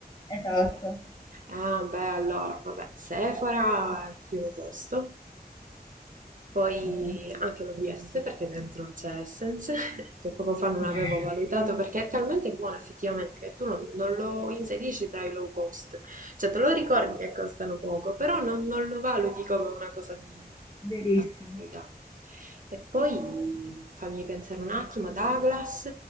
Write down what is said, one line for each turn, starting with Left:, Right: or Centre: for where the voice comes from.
Left: Sì. Esatto.
Right: Ah, beh, allora, vabbè, Sephora al primo posto, poi
Left: Mh-mh.
Right: anche l'OVS perché dentro c'è Essence, <laughs> che poco fa non
Left: <laughs>
Right: avevo valutato perché è talmente buono effettivamente che tu non, non lo inserisci tra i low cost, cioè te lo ricordi che costano poco, però non, non lo valuti come una cosa di
Left: Verissimo.
Right: bassa qualità. E poi fammi pensare un attimo, Douglas,